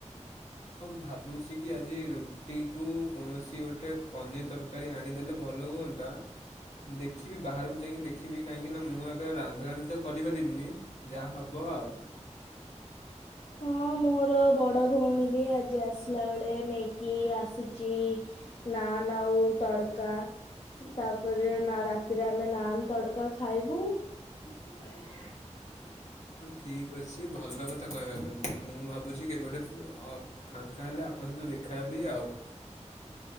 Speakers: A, on the left; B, on the left.
A: ଭାବୁଚି କି ଆଜି ରୁଟି କୁ କୌଣସି ଗୋଟେ ପନିର ତରକାରୀ ଆଣିଦେଲେ ଭଲ ହୁ ନ୍ତା। ଦେଖିବି ବାହାରକୁ ଯାଇକି ଦେଖିବି କାହିଁକି ନା ମୁଁ ଏବେ ରାନ୍ଧାରାନ୍ଧି ତ କରିପାରିବିନି। ଯାହା ହେବ ଆଉ।
B: ହଁ ମୋର ବଡ ଭଉଣୀ ବି ଆଜି ଆସିଲା ବେଳେ ନେଇକି ଆସିଛି। ନାନ ଆଉ ତଡକା। ତାପରେ ନା ରାତିରେ ଆମେ ନାନ୍ ତଡକା ଖାଇବୁ। ଆକୃତି ଶୋଇଲା।
A: ଠିକ ଅଛି ଭଲ କଥା କହିବାକୁ ଗଲେ ତ ମୁଁ ଭାବୁଛି କେବେ ଗୋଟେ- ଫାଙ୍କା ହେଲେ ଆପଣଙ୍କ ସହିତ ଦେଖାହବି ଆଉ।